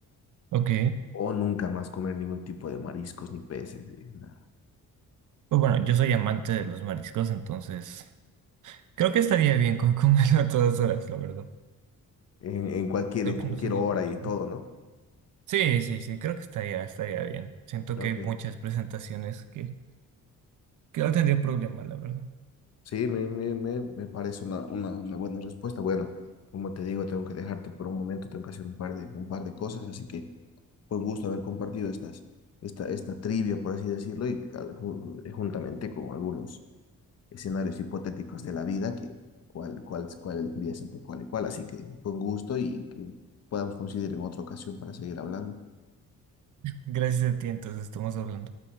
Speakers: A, on the right; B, on the left.
A: ok.
B: O nunca más comer ningún tipo de mariscos ni peces, eh, nada.
A: Pues bueno, yo soy amante de los mariscos, entonces... Creo que estaría bien con comerlo a todas horas, la verdad.
B: En, en cualquier,
A: Creo
B: en
A: que
B: cualquier
A: no sería
B: hora
A: problema.
B: y todo, ¿no?
A: Sí, sí, sí, creo que estaría, estaría bien. Siento
B: Ok.
A: que hay muchas presentaciones que, que no tendría problema, la verdad.
B: Sí, me, me, me, me parece una, una, una buena respuesta. Bueno, como te digo, tengo que dejarte por un momento, tengo que hacer un par de, un par de cosas, así que fue un gusto haber compartido estas, esta, esta trivia, por así decirlo, y cal- ju- juntamente con algunos escenarios hipotéticos de la vida, que cuál, cuál, cuál elegirías entre cuál y cuál. Así que fue un gusto y que podamos coincidir en otra ocasión para seguir hablando.
A: Gracias a ti, entonces estamos hablando.